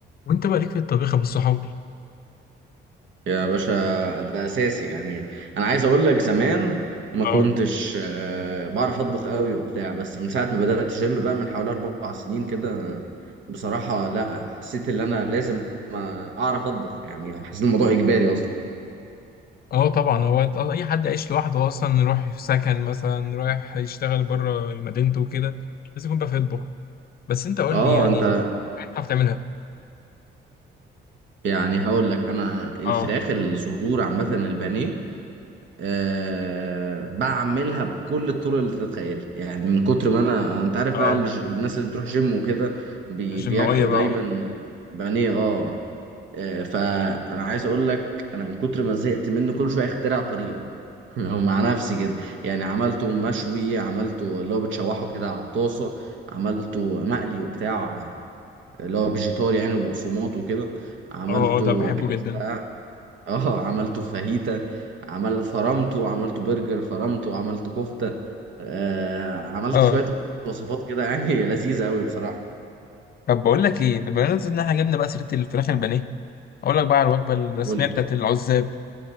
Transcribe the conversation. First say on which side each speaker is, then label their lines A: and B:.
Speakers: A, on the left; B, on the right.
A: وانت بقى ليك في الطبيخ يا ابو الصحاب
B: يا باشا ده اساسي يعني انا عايز اقول لك زمان ما
A: اه
B: كنتش آه، بعرف اطبخ قوي وبتاع بس من ساعه ما بدات جيم بقى من حوالي اربع سنين كده بصراحه لا حسيت ان انا لازم اعرف اطبخ يعني حسيت الموضوع اجباري اصلا
A: اه طبعا هو أنت- اي حد عايش لوحده اصلا رايح في سكن مثلا رايح يشتغل بره مدينته وكده لازم يكون بقى في يطبخ بس انت قول
B: اه
A: لي يعني
B: انت
A: حاجات بتعرف تعملها
B: يعني هقول لك انا الفراخ
A: اه
B: الصدور عامه البانيه أه بعملها بكل الطرق اللي تتخيلها يعني من كتر ما انا انت عارف
A: اه
B: بقى الج... الناس اللي بتروح جيم وكده بي...
A: الجماويه
B: بياكلوا
A: بقى
B: دايما
A: اه
B: بانيه اه آه، فانا عايز اقول لك انا من كتر ما زهقت منه كل شويه اخترع طريقه <laughs> او مع نفسي كده يعني عملته مشوي عملته اللي هو بتشوحه كده على الطاسه عملته مقلي وبتاع اللي هو فيجيتار يعني وبقسماط وكده عملته
A: اه آه، ده بحبه
B: كبسه
A: جدا
B: اه عملته فاهيتا عمل فرمته عملته برجر فرمته عملته كفتة آه عملت
A: اه
B: شوية وصفات كده يعني <laughs> لذيذة قوي بصراحة
A: طب بقول لك ايه بما ان احنا جبنا بقى سيره الفراخ البانيه اقول لك بقى على الوجبه الرسميه
B: قول لي
A: بتاعت العزاب